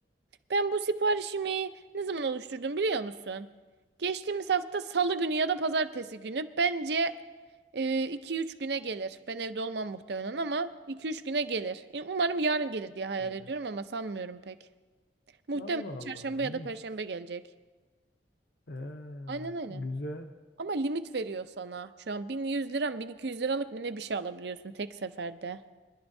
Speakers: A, on the right; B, on the left.
A: Ben bu siparişimi ne zaman oluşturdum biliyor musun? Geçtiğimiz hafta Salı günü ya da Pazartesi günü. Bence 2-3 güne gelir. Ben evde olmam muhtemelen ama 2-3 güne gelir. E, Umarım yarın gelir diye hayal
B: Evet.
A: ediyorum ama sanmıyorum pek. Muhtemelen
B: Allah
A: Çarşamba
B: Allah. ilginç.
A: ya da Perşembe gelecek.
B: Ee,
A: Aynen aynen.
B: güzel.
A: Ama limit veriyor sana. Şu an 1100 liram 1200 liralık mı ne bir şey alabiliyorsun tek seferde.